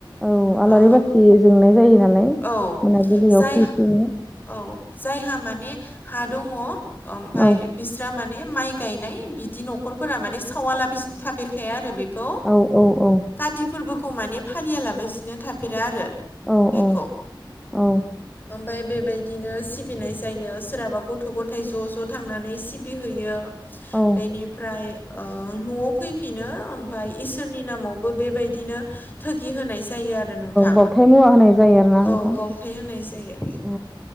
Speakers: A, in the centre; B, on the left.
A: औ आलारि
B: ओ
A: बाथि जोंनाय जायो नालाय
B: औ
A: मोनाबिलियाव
B: जाय
A: ख्रि ख्रिनो
B: औ जायहा माने हा दङ ओमफ्राय
A: औ
B: बिस्रा माने माइ गायनाय बिदि न'खरफोरा माने सावालाबसिनो थाफेरखाया आरो बे बे खौ
A: औ औ औ
B: काति फोरबोखौ माने फालियालाबायसिनो थाफेरा आरो
A: औ
B: बेखौ
A: औ औ
B: ओमफ्राय बेबायदिनो सिबिनाय जायो सोरहाबा गथ' गथाय ज' ज' थांनानै सिबिहैयो
A: औ
B: बेनिफ्राय ओ न'आव फैफिनो ओमफ्राय इसोरनि नामावबो बेबायदिनो थोगि होनाय जायो आरो नोंथां
A: बावथाय मुवा होनाय जायो आरोना
B: औ
A: नोंथां
B: बावथाय होननाय जायो
A: औ